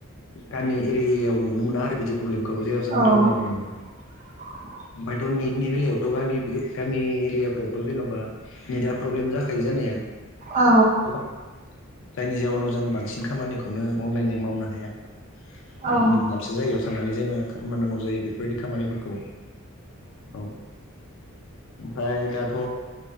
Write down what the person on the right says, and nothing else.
औ
<inaudible>
औ।
औ